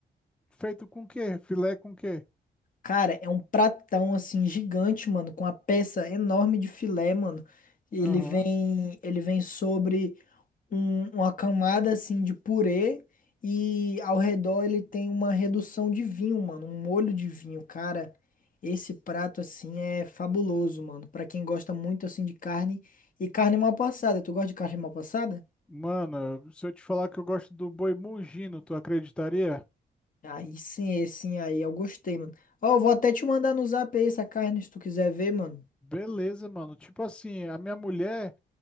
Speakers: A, in the centre; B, on the left (about 45°).
A: feito com quê? Filé com quê?
B: Cara, é um pratão assim gigante, mano, com uma peça enorme de filé, mano. Ele
A: Aham.
B: vem, ele vem sobre um- uma camada assim de purê e ao redor ele tem uma redução de vinho, mano, um molho de vinho, cara. Esse prato assim é fabuloso, mano, pra quem gosta muito assim de carne e carne mal passada. Tu gosta de carne mal passada?
A: Mano, se eu te falar que eu gosto do boi mungino, tu acreditaria?
B: Aí sim, esse sim, aí eu gostei, mano. Ó, eu vou até te mandar no zap aí essa carne se tu quiser ver, mano.
A: Beleza, mano. Tipo assim, a minha mulher,